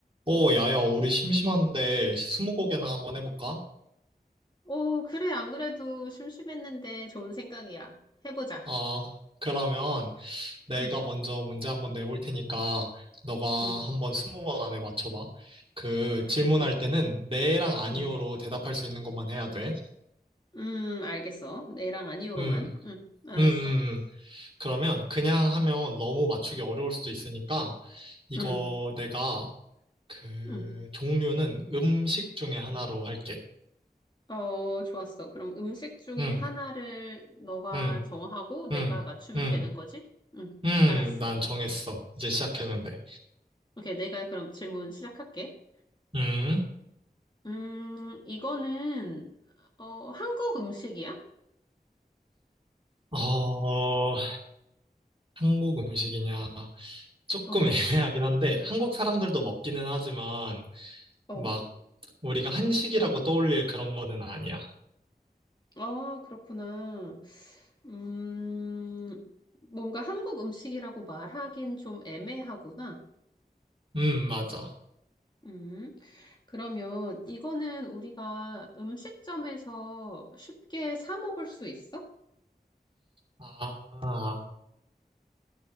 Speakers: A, on the right; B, on the left.
A: 오, 야야, 우리 심심한데 스무고개나 한번 해볼까?
B: 오, 그래. 안 그래도 심심했는데 좋은 생각이야. 해보자.
A: 아, 그러면 내가
B: 응,
A: 먼저 문제 한번 내볼 테니까 너가
B: 응.
A: 한번 스무 번 안에 맞춰봐. 그 질문할
B: 오케이.
A: 때는 네랑 아니오로
B: 응,
A: 대답할 수 있는 것만 해야 돼.
B: 음, 알겠어. 네랑 아니오로만.
A: 음,
B: 응, 알았어.
A: 음, 음. 음. 그러면 그냥 하면 너무 맞추기 어려울 수도 있으니까 이거
B: 응,
A: 내가 그
B: 응.
A: 종류는 음식 중에 하나로 할게.
B: 어, 좋았어. 그럼 음식 중에
A: 음,
B: 하나를 너가
A: 음,
B: 정하고
A: 음,
B: 내가 맞추면
A: 음,
B: 되는 거지? 응,
A: 음.
B: 알았어.
A: 난 정했어. 이제 시작했는데.
B: 오케이. 내가 그럼 질문 시작할게.
A: 음,
B: 음, 이거는, 어, 한국 음식이야?
A: 어, 한국 음식이냐. 조금
B: 어,
A: <laughs> 애매하긴 한데, 한국 사람들도 먹기는 하지만,
B: 어.
A: 막, 우리가 한식이라고 떠올릴 그런 거는 아니야.
B: 아, 그렇구나. 음, 뭔가 한국 음식이라고 말하긴 좀 애매하구나.
A: 음, 맞아.
B: 음, 그러면 이거는 우리가 음식점에서 쉽게 사 먹을 수 있어?
A: 아,